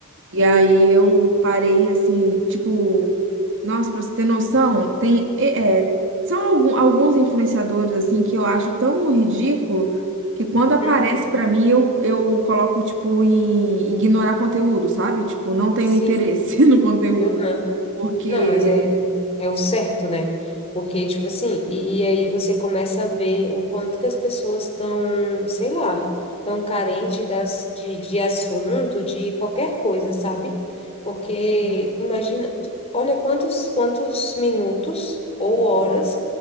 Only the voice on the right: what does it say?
E aí eu
parei assim, tipo, nossa, pra você ter noção, tem é, é, são algum- alguns influenciadores assim que eu acho tão ridículo que quando aparece
pra mim eu, eu coloco tipo em ignorar conteúdo, sabe? Tipo, não tenho
interesse <laughs> no conteúdo,
porque
Sim.